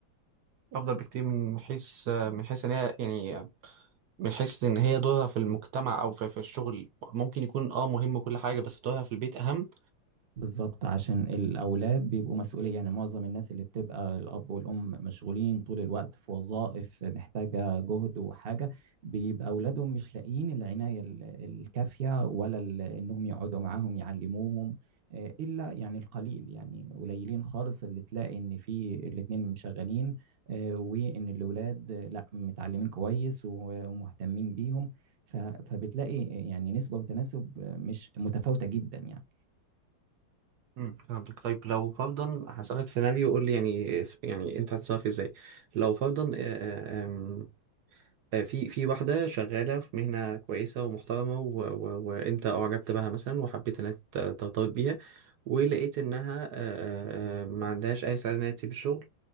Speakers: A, on the right; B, on the right.
A: افضل بكتير من حيث من حيث ان هي يعني من حيث ان هي دورها في المجتمع او في, في الشغل ممكن يكون اه مهم وكل حاجه بس دورها في البيت اهم
B: بالظبط عشان الأولاد بيبقوا مسؤولية يعني معظم الناس اللي بتبقى الأب والأم مشغولين طول الوقت في وظائف محتاجة جهد وحاجة بيبقى أولادهم مش لاقيين العناية ال- الكافية ولا ال- إنهم يقعدوا معاهم يعلموهم آه، إلا يعني القليل يعني قليلين خالص اللي تلاقي إن في الاتنين مشغلين آه، وإن الأولاد آه، لا متعلمين كويس و- ومهتمين بيهم ف- فبتلاقي يعني نسبة وتناسب آه، مش متفاوتة جدا يعني
A: امم فهمتك طيب لو فرضا هسألك سيناريو قول لي يعني يعني انت هتتصرف ازاي لو فرضا آه، آم، آه، في في واحدة شغالة في مهنة كويسة ومحترمة و... و... وأنت أعجبت بها مثلا وحبيت إنك ت- ترتبط بيها ولقيت إنها آه، آه، آه، ما عندهاش أي سعادة إنها تسيب الشغل